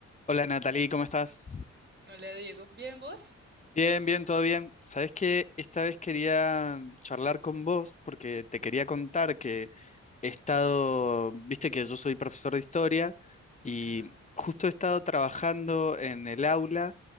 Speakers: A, on the left; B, on the right.
A: Hola Natalie, ¿cómo estás?
B: Hola Diego, ¿bien vos?
A: Bien, bien, todo bien. Sabes que esta vez quería charlar con vos porque te quería contar que he estado, viste que yo soy profesor de historia y
B: Ajá.
A: justo he estado trabajando en el aula